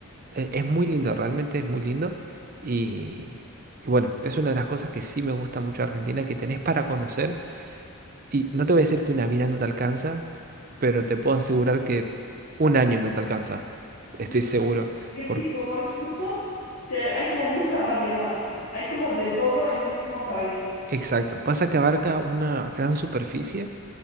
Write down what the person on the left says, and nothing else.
bonito.
Mm,
que
sí, como escucho, te- hay como mucha variedad, hay como de todo en un mismo país.